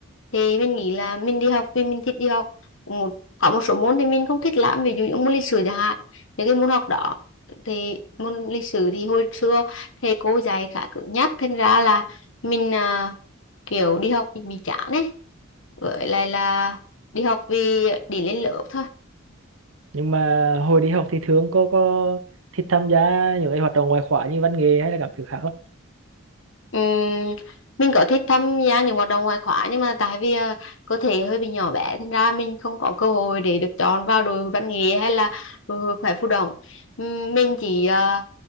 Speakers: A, on the left (about 65°); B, on the right (about 80°).
A: thì mình nghĩ là mình đi học vì mình thích đi học một có một số môn thì mình không thích lắm ví dụ như môn lịch sử chẳng hạn những cái môn học đó thì môn lịch sử thì hồi xưa thầy cô dạy khá cứng nhắc thành ra là mình à, kiểu đi học thì bị chán ấy với lại là đi học vì để lên lớp thôi
B: nhưng mà hồi đi học thì thường có có thích tham gia những cái hoạt động ngoại khóa như văn nghệ hay là các thứ khác lắm
A: Ừm, mình có thích tham gia những hoạt động ngoại khóa nhưng mà tại vì ờ, cơ thể hơi bị nhỏ bé thành ra mình không có cơ hội để được chọn vào đội văn nghệ hay là đội hội khỏe phù đồng Ừm, mình chỉ ờ,